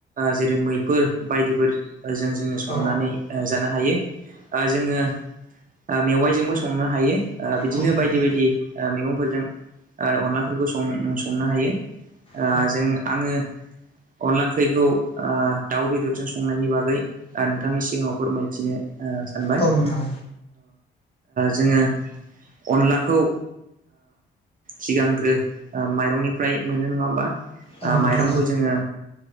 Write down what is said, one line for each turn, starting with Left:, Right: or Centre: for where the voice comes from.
Right: जेरै मैफोर बायदिफोर जों जोङो संनानै
Left: औ
Right: जानो हायो जोङो।
Left: औ
Right: मेवाइजोंबो संनो हायो बिदिनो
Left: औ नोंथां
Right: बायदि बायदि मैगंफोरजों अनला ओंख्रिखौ संनो हायो
Left: औ
Right: जों आङो अनदला ओंख्रिखौ दाउ बेदरजों संनायनि बागै नोंथांनि सिगाङाव फोरमायथिनो सानबाय
Left: औ नोंथां
Right: जोङो अनलाखौ सिगांग्रो माइरंनिफ्राय मोनो नङाबा
Left: औ नोंथां
Right: माइरंखौ जोङो